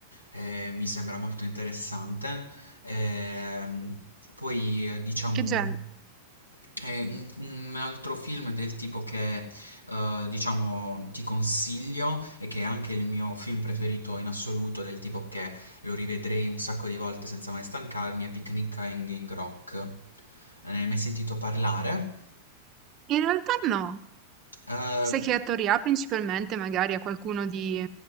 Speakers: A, on the left; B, on the right.
A: eh, mi sembra molto interessante. Ehm, poi, eh, diciamo.
B: Che genere?
A: È un un altro film del tipo che, eh, diciamo, ti consiglio e che è anche il mio film preferito in assoluto, del tipo che lo rivedrei un sacco di volte senza mai stancarmi, è Picnic a Hanging Rock. Eh, Ne hai mai sentito parlare?
B: In realtà no.
A: Eh,
B: Sai che attori ha principalmente, magari a qualcuno di